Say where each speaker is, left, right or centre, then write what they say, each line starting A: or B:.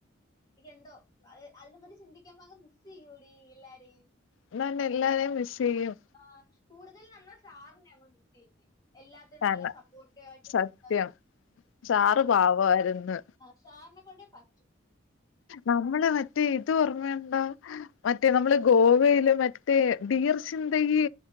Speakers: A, on the left; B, on the left.
A: എനിക്കെന്തോ അത് അതിനെ പറ്റി ചിന്തിക്കുമ്പൊ അങ്ങ് മിസ്സെയ്യൂടീ എല്ലാരേം
B: എന്നാപ്പിന്നെ എല്ലാരേം മിസ്സെയ്യും
A: ആഹ് കൂട്തല് നമ്മള് സാറ്നെ മ്മള് മിസ്സെയ്ന്നേ എല്ലാത്തിനും
B: തന്നെ
A: നല്ല സപ്പോട്ടീവായിട്ട്
B: സത്യം
A: നിന്നതും
B: സാറ്
A: അ
B: പാവമായിരുന്നു
A: ആഹ് സാറ്നെ കൊണ്ടേ പ
B: നമ്മള് മ റ്റേ ഇത് ഓർമയ്ണ്ടോ മറ്റേ നമ്മള് ഗോവയില് മറ്റേ ഡിയർ സിന്തഗി